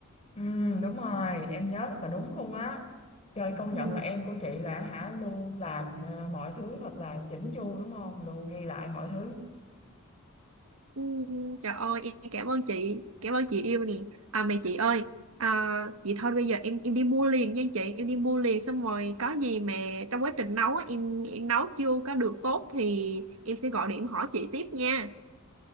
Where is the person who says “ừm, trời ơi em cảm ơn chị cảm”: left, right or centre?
Right